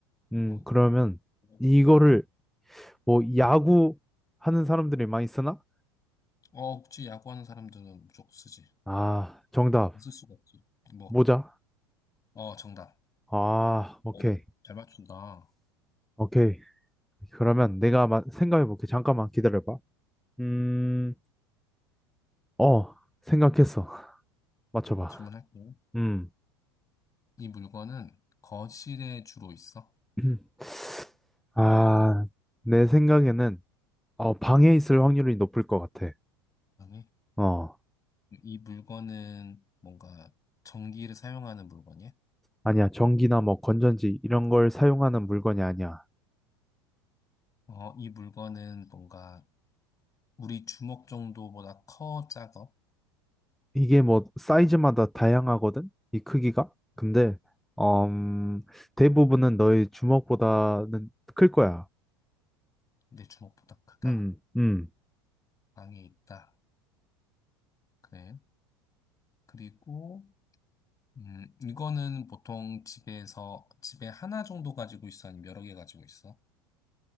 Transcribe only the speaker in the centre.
음,
그러면
이거를
뭐 야구 하는 사람들이 많이 쓰나?
아, 정답.
모자?
아, 오케이.
오케이. 그러면 내가 마- 생각해볼게. 잠깐만 기다려봐. 음, 어, 생각했어. <laughs> 맞춰봐.
음.
<clears throat> 아, 내 생각에는 어, 방에 있을 확률이 높을 것 같아.
어,
아니야. 전기나 뭐 건전지 이런 걸 사용하는 물건이 아니야.
이게 뭐 사이즈마다 다양하거든? 이 크기가? 근데 음, 대부분은 너의 주먹보다는 클 거야.
음, 음.